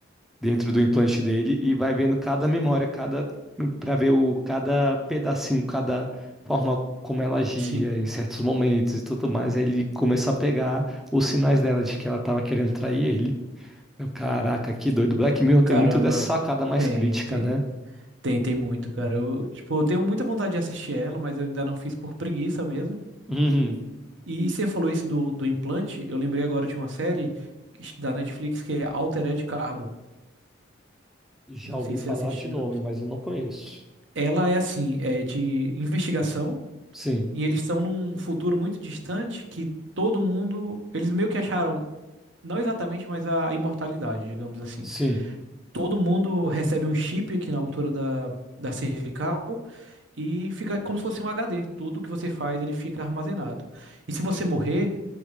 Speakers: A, in the centre; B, on the right.
A: dentro do implante dele, e vai vendo cada memória, cada para ver o cada pedacinho, cada forma como ela agia
B: Sim,
A: em certos momentos e tudo mais. Aí ele começa a pegar os sinais dela de que ela estava querendo trair ele. Eu, caraca, que doido. Black Mirror tem
B: caramba.
A: muito dessa sacada mais
B: Tem,
A: crítica,
B: tem.
A: né?
B: Tem, tem muito, cara. Eu, tipo, eu tenho muita vontade de assistir ela, mas eu ainda não fiz por preguiça mesmo.
A: <laughs>
B: E, e você falou isso do, do implante, eu lembrei agora de uma série da Netflix que é Altered Carbon.
A: Já
B: Não
A: ouvi
B: sei
A: falar
B: se você assistiu.
A: de nome, mas eu não conheço.
B: Ela é assim, é de investigação,
A: Sim,
B: e eles estão num futuro muito distante que todo mundo. Eles meio que acharam, não exatamente, mas a imortalidade, digamos assim.
A: sim,
B: Todo mundo recebe um chip aqui na altura da, da cervical. E fica como se fosse um HD. Tudo que você faz, ele fica armazenado. E se você morrer,